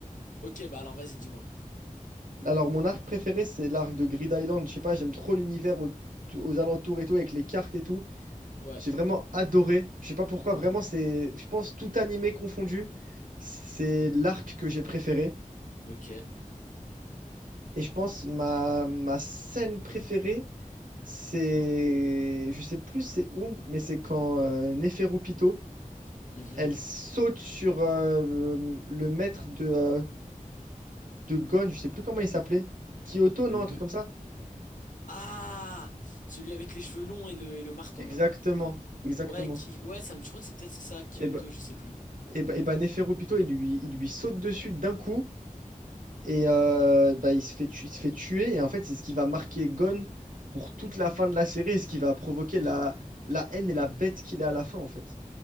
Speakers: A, on the left; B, on the right.
A: Ok, bah alors vas-y, dis-moi.
B: Alors, mon arc préféré, c'est l'arc de Grid Island. Je sais pas, j'aime trop l'univers au- aux alentours et tout, avec les cartes et tout.
A: Ouais.
B: J'ai vraiment adoré. Je sais pas pourquoi,
A: Mhm.
B: vraiment, c'est, je pense, tout animé confondu, c'est l'arc que j'ai préféré.
A: Ok.
B: Et je pense ma, ma scène préférée, c'est, je sais plus c'est où, mais c'est quand euh, Neferu Pito
A: Mhm.
B: elle saute sur euh, le, le maître de, euh, de Gon, je sais plus comment il s'appelait. Kyoto,
A: Le...
B: non,
A: m-
B: un truc comme ça?
A: Ah! Celui avec les cheveux longs et le, et le marteau,
B: Exactement,
A: là.
B: exactement.
A: Ouais, qui... ouais, ça me... je crois que c'est peut-être ça, Kyoto,
B: Et ben,
A: je sais plus.
B: et ben, et ben Neferupito, il lui, il lui saute dessus d'un coup et euh, bah, il se fait, tu- il se fait tuer. Et en fait, c'est ce qui va marquer Gon pour toute la fin de la série et ce qui va provoquer la, la haine et la bête qu'il a à la fin, en fait.